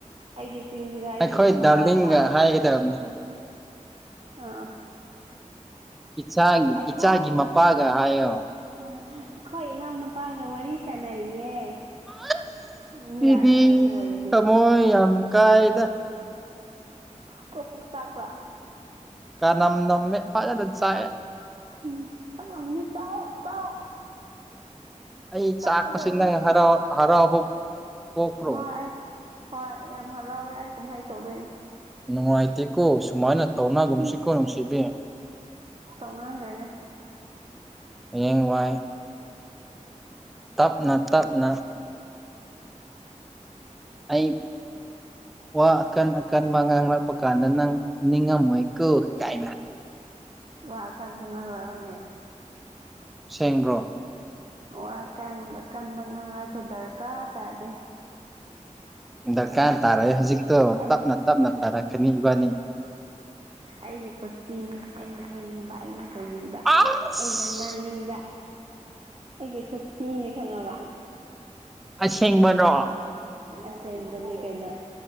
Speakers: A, on the right (about 45°); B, in the centre.
A: ꯑꯩꯒꯤ ꯆꯤꯟꯁꯤꯗ ꯑꯩꯒꯤ
B: ꯑꯩꯈꯣꯏ
A: ꯅꯨꯄꯥ
B: ꯗꯥꯔꯂꯤꯡꯒ
A: ꯄꯥꯟ
B: ꯍꯥꯏꯒꯗꯕꯅꯤ
A: ꯑꯥ
B: ꯏꯆꯥ
A: ꯑꯩꯈꯣꯏ
B: ꯏꯆꯥꯒꯤ ꯃꯄꯥꯒ ꯍꯥꯏꯌꯣ
A: ꯑ ꯑꯩꯈꯣꯏ ꯏꯅꯥꯎꯅꯨꯄꯥꯒ ꯋꯥꯔꯤ ꯁꯥꯟꯅꯔꯤꯌꯦ
B: ꯑꯁ
A: ꯎꯝ
B: ꯁꯤꯗꯤ
A: ꯌꯥꯔꯕ ꯑꯗꯨ ꯑꯣꯏꯔꯗꯤ
B: ꯊꯃꯣꯢ ꯌꯥꯝ ꯀꯥꯏꯗ
A: ꯄꯣꯄ꯭ꯔꯣꯛ ꯆꯥꯛꯄ꯭ꯔꯥ
B: ꯀꯥꯅꯝ ꯅꯃꯦ ꯐꯖꯅ ꯆꯥꯛꯑꯦ
A: ꯎꯝ ꯈꯪꯂꯃꯅꯤ ꯆꯥꯎ ꯆꯥꯎ
B: ꯑꯩ
A: ꯆꯥꯛꯀꯗꯕꯅꯤ
B: ꯆꯥꯛꯄꯁꯤꯅ ꯍꯔ ꯍꯔꯥꯎꯕ ꯄꯣꯛꯄ꯭ꯔꯣ
A: ꯍꯣꯏ ꯑꯩ ꯍꯣꯏ ꯌꯥꯝ ꯍꯔꯥꯎꯋꯦ ꯑꯩ ꯀꯨꯝꯍꯩ ꯇꯧꯗꯣꯏꯅꯦ
B: ꯅꯨꯡꯉꯥꯏꯇꯦ ꯀꯣ ꯁꯨꯃꯥꯏꯅ ꯇꯧꯅꯥꯒꯨꯝꯁꯤꯀꯣ
A: ꯎꯝ
B: ꯅꯨꯡꯁꯤꯕꯤ
A: ꯇꯧꯅꯈ꯭ꯔꯦꯅꯦ
B: ꯍꯌꯦꯡ ꯋꯥꯏ ꯇꯞꯅ ꯇꯞꯅ ꯑꯩ ꯋꯥ ꯑꯀꯟ ꯑꯀꯟꯕ ꯉꯥꯡꯂꯛꯄ ꯀꯥꯟꯗ ꯅꯪ ꯅꯤꯡꯉꯝꯃꯣꯏ ꯀꯥꯏꯅ
A: ꯋꯥ ꯑꯀꯟꯕ ꯉꯥꯡꯂꯛꯑꯣꯅꯦ
B: ꯁꯦꯡꯒ꯭ꯔꯣ
A: ꯋꯥ ꯀꯪ ꯀꯟꯕ ꯉꯪꯁꯨꯣ ꯗꯔꯀꯥ ꯇꯗꯦ
B: ꯗꯔꯀꯥꯔ ꯇꯥꯔꯛꯑꯦ ꯍꯧꯖꯤꯛꯇꯣ
A: ꯑꯩ
B: ꯇꯞꯅ ꯇꯞꯅ ꯇꯥꯔꯛꯀꯅꯤ ꯏꯕꯥꯅꯤ
A: ꯑꯩꯒꯤ ꯈꯨꯠꯁꯤꯅꯤ ꯑꯩꯅ ꯍꯥꯏꯅꯤꯡꯕ ꯑꯩꯅ ꯇꯧꯅꯤꯡ
B: ꯑꯁ
A: ꯑꯩꯅ ꯉꯥꯡꯅꯤꯡꯕ ꯑꯩꯒꯤ ꯀꯨꯁꯤꯅꯤ ꯈꯪꯉꯕ
B: ꯑꯁꯦꯡꯕꯔꯣ
A: ꯑꯁꯦꯡꯕꯅꯦ ꯀꯩꯅꯣ